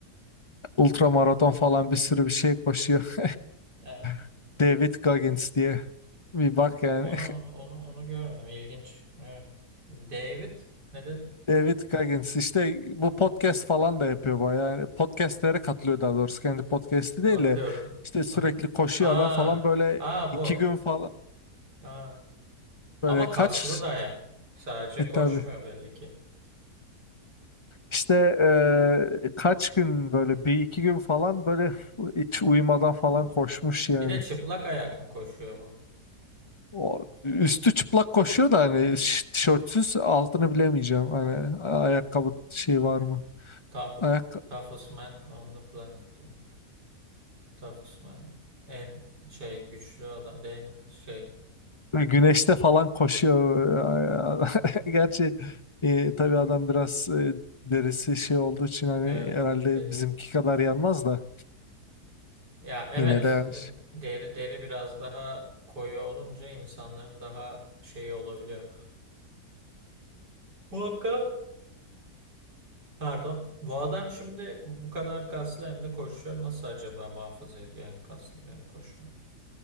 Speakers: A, on the left; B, on the right.
A: ultramaraton falan bir sürü bir şey koşuyor.
B: E,
A: <laughs> David Goggins diye. Bir bak yani.
B: Onu onu onu onu görmedim. İlginç. Evet. David ne dedin?
A: <laughs> David Goggins işte bu podcast
B: Bakalım.
A: falan da yapıyor bayağı. Yani podcastlere katılıyor daha doğrusu. Kendi podcast'i değil
B: Bakıyorum.
A: de işte sürekli
B: Aha.
A: koşuyor
B: Aa,
A: adam falan böyle
B: aa
A: iki
B: bu.
A: gün falan
B: Aa.
A: böyle
B: Ama kaslı
A: kaç
B: da hem. Sadece
A: e tabii.
B: koşmuyor belli ki.
A: İşte eee, kaç gün böyle bir iki gün falan böyle hiç uyumadan falan
B: Ha.
A: koşmuş yani.
B: Bir de çıplak ayak mı koşuyor bu?
A: O, üstü çıplak koşuyor da hani ş- tişörtsüz altını bilemeyeceğim. Hani a- ayakkabı şey var mı?
B: Tough,
A: Ayak
B: toughest man on the planet. diyor. Toughest man. En şey güçlü adam. En şey.
A: güneşte falan koşuyor.
B: Evet.
A: <laughs> Gerçi e, tabii adam biraz e, derisi şey olduğu için hani
B: Evet.
A: herhalde
B: De,
A: bizimki kadar yanmaz da
B: Ya evet
A: yine de yani.
B: e, deri deri biraz daha koyu olunca insanların daha şeyi olabiliyor. Bu hakka- pardon. Bu adam şimdi bu kadar kaslı hem de koşuyor. Nasıl acaba muhafaza ediyor hem kasları hem koşmayı?